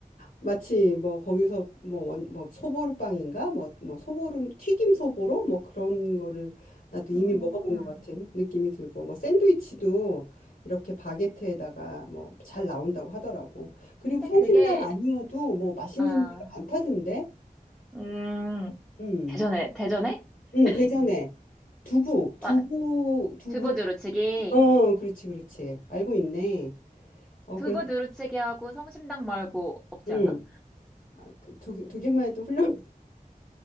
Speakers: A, on the left; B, in the centre.
A: 마치 뭐 거기서 뭐, 원- 뭐 소보루빵인가? 뭐, 뭐 소보루 튀김 소보로 뭐 그런 거를 나도 이미
B: 음,
A: 먹어본 것 같은 느낌이 들고 뭐 샌드위치도 이렇게 바게트에다가 뭐 잘 나온다고 하더라고. 그리고
B: 근데
A: 성심당
B: 그게,
A: 아니어도 뭐 맛있는
B: 아,
A: 데가 많다던데?
B: 음,
A: 음,
B: 대전에, 대전에?
A: 음,
B: <laughs>
A: 대전에 두부, 두부,
B: 와,
A: 두부,
B: 두부 두루치기.
A: 어, 그렇지, 그렇지. 알고 있네. 어,
B: 두부
A: 그래서,
B: 두루치기하고 성심당 말고 없지
A: 음,
B: 않아?
A: 아, 그 두, 개- 두 개만 해도 훌륭, <laughs>